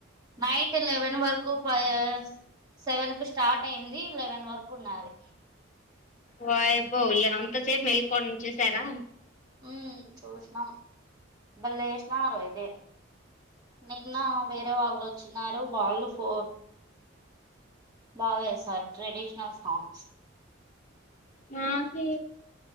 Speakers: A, on the right; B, on the left.
A: నైట్ లెవెన్ వరకు ఫయర్స్ సెవెన్ కు స్టార్ట్ అయింది లెవెన్ వరకు ఉన్నాది
B: వయ్యబ్బో లెవన్త్ అంతసేపు మేల్కొని చూసారా
A: ఉమ్ చూసినాం బల్లె ఏశినారు అయితే నిన్న వేరే వాళ్ళు వచ్చిన వాళ్ళు ఫో బావేసారు ట్రెడిష్నల్ సాంగ్స్
B: నాకి